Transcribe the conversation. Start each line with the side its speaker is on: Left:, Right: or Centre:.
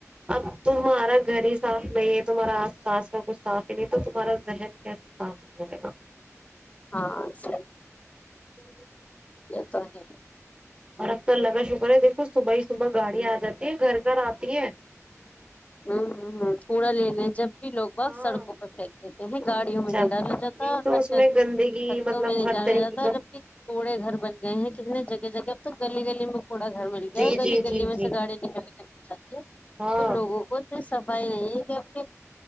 Right: اب تمہارا گھر ہی صاف نہیں ہے تمہارا آس پاس کا کچھ صاف ہی نہیں تو تمہارا ذہن کیسے صاف ہو جائے گا
Left: ہاں سی
Right: جی
Left: یہ تو ہے
Right: اور اب تو اللہ کا شکر ہے دیکھو صبح ہی صبح گاڑی آ جاتی ہے گھر گھر آتی ہے
Left: ہوں ہوں ہ کوڑا لے ل جب بھی لوگ ب
Right: ہاں
Left: سڑکوں پہ پھینک دیتے ہیں گاڑیوں میں
Right: جب
Left: نہیں ڈالا جاتا
Right: یہی تو
Left: کڈ
Right: اس
Left: ہھوں
Right: میں گندگی مطلب
Left: میں نہیں
Right: ہر
Left: ڈالا
Right: طریقے
Left: جاتا
Right: کا
Left: جب کہ کوڑے گھر بن گئے ہیں کہ ج جگہ جگہ اب تو گلی گلی میں تھوڑا گھر مل گیا
Right: جی
Left: اور گلی
Right: جی
Left: گلی
Right: جی
Left: میں
Right: جی
Left: سے گاڑی نکل نکل کے جاتی ہے
Right: ہاں
Left: تو لوگ اس صفائی نہیں کہ اپنے